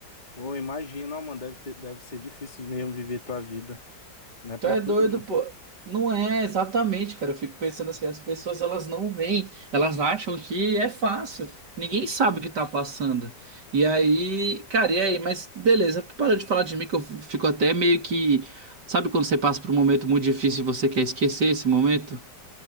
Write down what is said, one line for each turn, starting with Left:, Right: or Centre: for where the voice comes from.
Left: Pô, imagina, ó, mano, deve ter, deve ser difícil mesmo viver tua vida, né? Pra
Right: Tu é
Left: todo
Right: doido,
Left: mundo.
Right: pô. Não é exatamente, cara. Eu fico pensando assim, as pessoas elas não veem, elas acham que é fácil. Ninguém sabe o que tá passando. E aí, cara, e aí? Mas beleza, para de falar de mim que eu fico até meio que, sabe quando você passa por um momento muito difícil e você quer esquecer esse momento?